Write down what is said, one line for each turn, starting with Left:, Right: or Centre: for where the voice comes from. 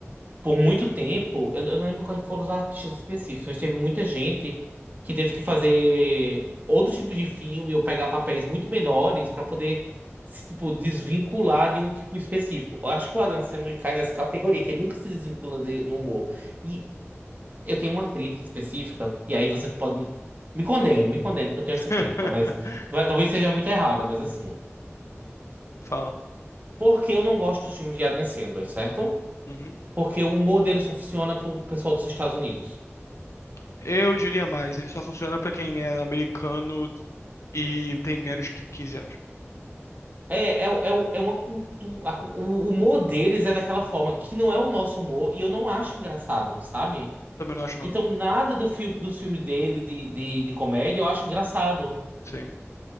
Right: por muito tempo, eu, eu não lembro quais foram os artistas específicos, mas teve muita gente que teve que fazer outros tipos de filme ou pegar papéis muito menores para poder se, tipo, desvincular de um tipo específico. Eu acho que o Adam Sandler cai nessa categoria, que ele nunca se desvincula de- do humor. E eu tenho uma crítica específica, e aí você pode me, me condene, me condene, que eu tenho
Left: <laughs>
Right: essa crítica, mas vai- talvez seja muito errada, mas assim.
Left: Fala.
Right: porque eu não gosto dos filmes de Adam Sandler, certo?
Left: Uhum.
Right: Porque o humor dele só funciona pro pessoal dos Estados Unidos.
Left: Eu diria mais, ele só funciona pra quem é americano e tem menos que 15 anos.
Right: É, é, é, é uma cultura. O humor deles é daquela forma, que não é o nosso humor, e eu não acho engraçado, sabe?
Left: Também não acho, não.
Right: Então, nada do filme, dos filmes dele de, de, de comédia eu acho engraçado.
Left: Sim.